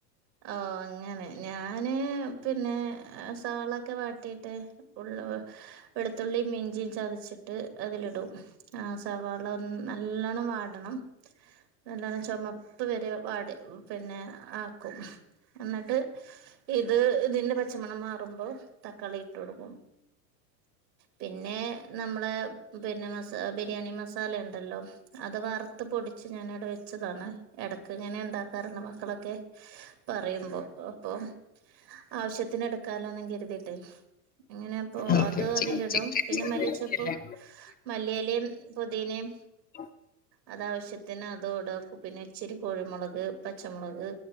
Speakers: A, on the right; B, on the left.
A: ഓ അങ്ങനെ ഞാന് പിന്നെ സവാളൊക്കെ വാട്ടീട്ട് ഉള്ള ള്ളൊ വെളുത്തുള്ളീം ഇഞ്ചി ചതച്ചിട്ട് അതിലിടും അ സവാള ഒന്ന് നല്ലോണം വാട്ടണം നല്ല ചൊമപ്പ് വെരെ വാടി പിന്നെ ആക്കും ന്ന്ട്ട് ഇത് ഇതിന്റെ പച്ചമണം മാറുമ്പോ തക്കാളി ഇട്ട് കൊടുക്കും പിന്നെ നമ്മളെ പിന്നെ മസ ബിരിയാണി മസാല ണ്ടല്ലോ അത് വർത്ത് പൊടിച്ച് ഞാൻ വടെ വെച്ചതാണ് എടക്ക് ഇങ്ങനെ ണ്ടാക്കാർണ്ട് മക്കളൊക്കെ പറയുമ്പോ അപ്പൊ ആവശ്യത്തിന് എടുക്കാലോന്നും കെരുതിട്ടെ അങ്ങനെപ്പൊ
B: ഓക്കെ
A: അത് അതിലിടും
B: ചിക്കൻ ചിക്കൻ
A: പിന്നെ
B: ചിക്കൻ
A: മല്ലിച്ചപ്പും
B: ബിരിയാണിയല്ലേ
A: മല്ലിയെലേം പൊതിനേം
B: ആ
A: അതാവശ്യത്തിന് അതുടും പിന്നെ ഇച്ചിരി കുരുമൊളക് പച്ചമൊളക്